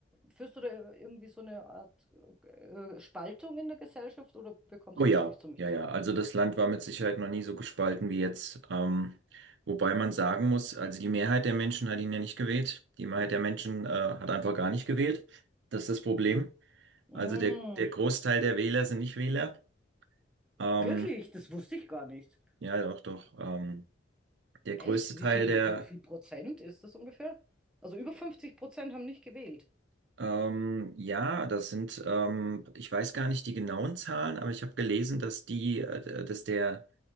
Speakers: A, in the centre; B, on the right.
A: führst du da irgendwie so eine Art äh, Spaltung in der Gesellschaft oder bekommst
B: Oh ja,
A: du das nicht so mit?
B: ja, ja. Also das Land war mit Sicherheit noch nie so gespalten wie jetzt. Ähm, wobei man sagen muss, also die Mehrheit der Menschen hat ihn ja nicht gewählt. Die Mehrheit der Menschen äh, hat einfach gar nicht gewählt. Das ist das Problem.
A: Mm,
B: Also der, der Großteil der Wähler sind nicht Wähler. Ähm,
A: wirklich, das wusste ich gar nicht.
B: ja, doch, doch. Ähm, der größte
A: Echt? Wie
B: Teil
A: viel,
B: der,
A: wie viel Prozent ist das ungefähr? Also über 50 Prozent haben nicht gewählt.
B: ähm, ja, das sind, ähm, ich weiß gar nicht die genauen Zahlen, aber ich habe gelesen, dass die, äh, dass der